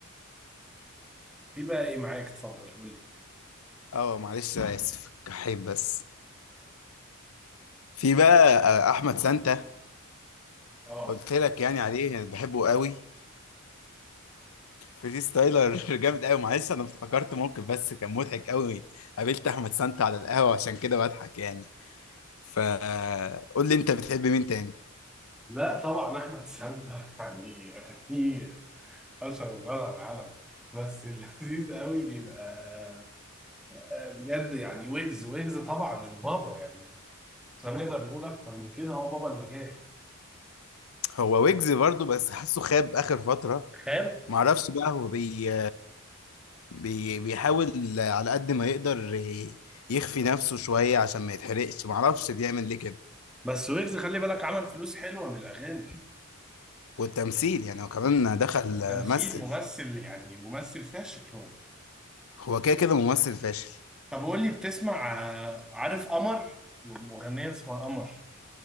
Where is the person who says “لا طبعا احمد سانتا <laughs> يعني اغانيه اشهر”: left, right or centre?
Centre